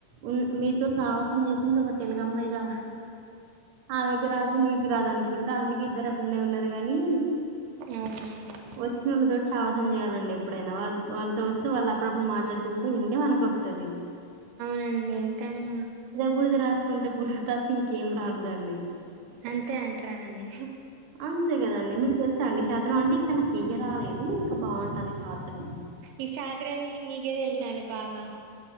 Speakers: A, on the right; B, on the right.
A: ఉన్ మీతో సా సం చేసింది ఒక తెలుగమ్మాయి గా ఆమెకు రాదు నీకు రాదు అనుకుంట అందుకే ఇద్దరు అట్లనే ఉన్నారు కానీ
B: అవునండి
A: వచ్చినళ్ళతోటి సావాసం చేయాలండి ఎప్పుడైనా వాళ్ళు వాళ్ళతో వస్తే వాళ్ళ అప్పుడప్పుడు మాట్లాడుతుంటే వింటే మనకు వస్తది
B: కానీ కానీ
A: బుడిద రాసుకుంటే బుడిద తప్ప ఇంకేం రాలేదండి
B: అంతే అంటార అండి
A: అంతే కదండి మీకు తెలుసాండి ఈ షాత్రం అండి ఇంకా నాకు ఇయ రాలేదు. ఇంకా బాగుంటది షాత్రం
B: ఈ షాత్రాలన్నీ మీకే తెలుసండి బాగా